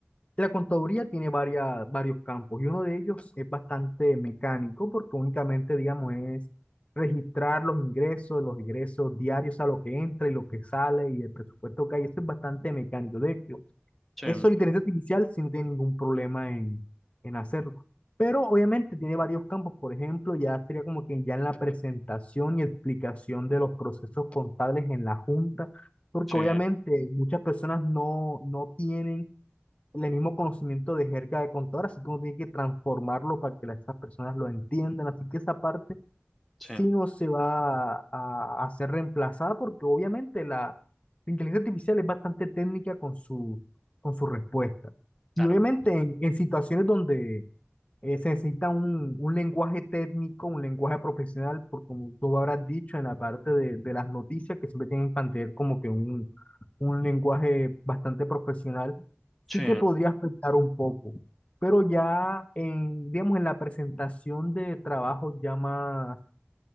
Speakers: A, on the left (about 30°); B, in the centre.
A: La contaduría tiene varias, varios campos y uno de ellos es bastante mecánico porque únicamente, digamos, es registrar los ingresos, los egresos diarios, a lo que entra y lo que sale y el presupuesto que hay. Eso es bastante mecánico. De hecho,
B: sí,
A: eso la inteligencia artificial sí no tiene ningún problema en, en hacerlo. Pero obviamente tiene varios campos. Por ejemplo, ya sería como que ya en la presentación y explicación de los procesos contables en la junta, porque
B: sí,
A: obviamente muchas personas no, no tienen el mismo conocimiento de jerga de contador, así como tiene que transformarlo para que las, esas personas lo entiendan. Así que esa parte
B: sí,
A: sí no se va a, a, a ser reemplazada porque obviamente la, la inteligencia artificial es bastante técnica con su, con su respuesta.
B: claro,
A: Y obviamente en, en situaciones donde eh, se necesita un, un lenguaje técnico, un lenguaje profesional, por como tú habrás dicho en la parte de, de las noticias, que siempre tienen que mantener como que un, un lenguaje bastante profesional, sí
B: sí,
A: que podría afectar un poco, pero ya en, digamos, en la presentación de trabajos ya más